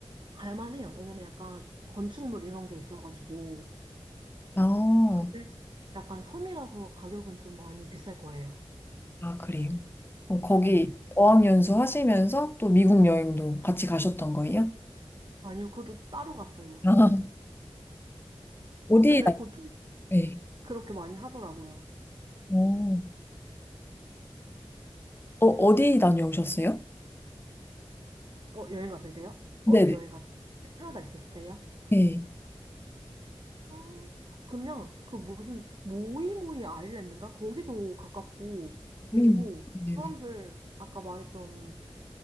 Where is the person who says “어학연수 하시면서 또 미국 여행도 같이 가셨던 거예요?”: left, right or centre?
Left